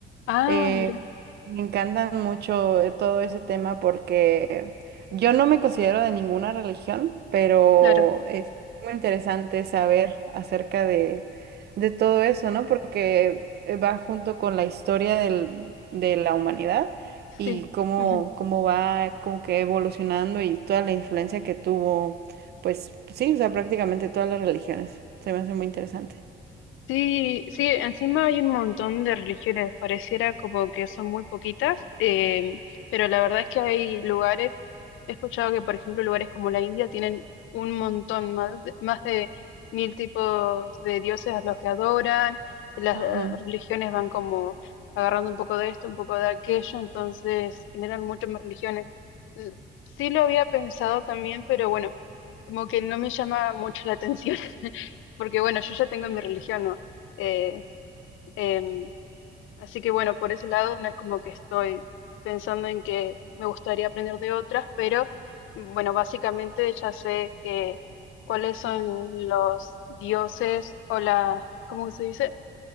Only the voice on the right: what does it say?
eh,
me encantan mucho eh, todo ese tema porque yo no me considero de ninguna religión, pero
es muy interesante saber acerca de, de todo eso, ¿no? Porque eh, va junto con la historia del- de la humanidad y
cómo,
cómo va como que evolucionando y toda la influencia que tuvo, pues sí, o sea, prácticamente todas las religiones. Se me hace muy interesante.
Ujú.